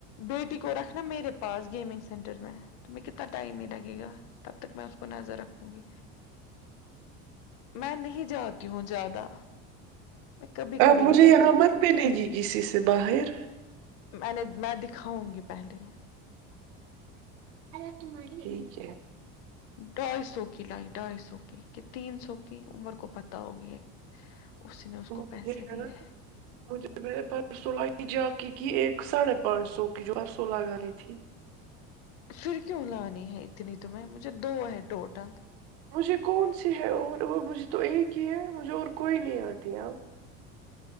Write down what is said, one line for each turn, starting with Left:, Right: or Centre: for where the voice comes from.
Left: بیٹی کو رکھنا میرے پاس گیمنگ سینٹر میں تو میں کتنا ٹائم ہی لگے گا تب تک میں اس کو نظر رکھوں گی میں نہیں جاتی ہوں زیادہ میں کبھی
Right: اپ
Left: کبھی
Right: مجھے
Left: نکلتی
Right: یہاں مت ملے گی کسی سے باہر
Left: میں نے میں دکھاؤں گی پہلے
Right: اللہ تمہاری ہے ٹھیک ہے
Left: ڈھائی سو کی لائی ڈھائی سو کی کہ تین سو کی عمر کو پتہ ہوگی اسی نے اس
Right: <unintelligible>
Left: کو پیسے دیے
Right: مجھے میں نے پرسوں لگ جا کی ایک ساڑھے پانچ سو کی جو پرسوں لگی تھی
Left: پھر کیوں لانی ہے اتنی تمھیں مجھے دو ہے ٹوٹل
Right: مجھے کون سی ہے اور اور مجھے تو ایک ہی ہے مجھے اور کوئی نہیں اتی ہے اب